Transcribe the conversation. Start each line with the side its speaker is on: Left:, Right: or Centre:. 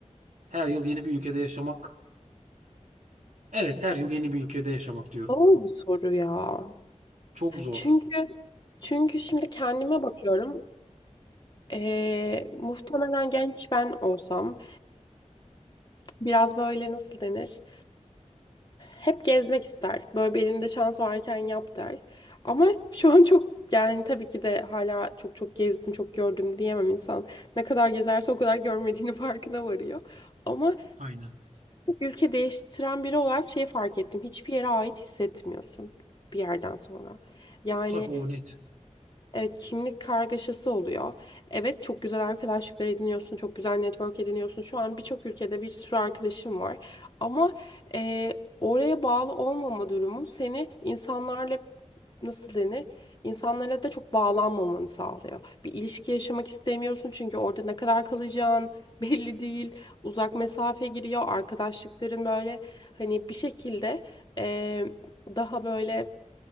Right: her yıl yeni bir ülkede yaşamak Evet, her yıl yeni bir ülkede yaşamak diyorum.
Left: Doğru bir soru ya.
Right: Çok zor.
Left: Çünkü çünkü şimdi kendime bakıyorum. Ee, muhtemelen genç ben olsam biraz böyle nasıl denir? Hep gezmek ister. Böyle bir elinde şans varken yap der. Ama <laughs> şu an çok yani tabii ki de hala çok çok gezdim, çok gördüm diyemem insan. Ne kadar gezerse o kadar görmediğini <laughs> farkına varıyor. Ama
Right: Aynen.
Left: ülke değiştiren biri olarak şey fark ettim. Hiçbir yere ait hissetmiyorsun bir yerden sonra. Yani
Right: Tabii o net.
Left: Evet, kimlik kargaşası oluyor. Evet, çok güzel arkadaşlıklar ediniyorsun, çok güzel network ediniyorsun. Şu an birçok ülkede bir sürü arkadaşım var. Ama eee, oraya bağlı olmama durumu seni insanlarla nasıl denir? İnsanlara da çok bağlanmamanı sağlıyor. Bir ilişki yaşamak istemiyorsun çünkü orada ne kadar kalacağın <laughs> belli değil. Uzak mesafe giriyor. Arkadaşlıkların böyle hani bir şekilde eee, daha böyle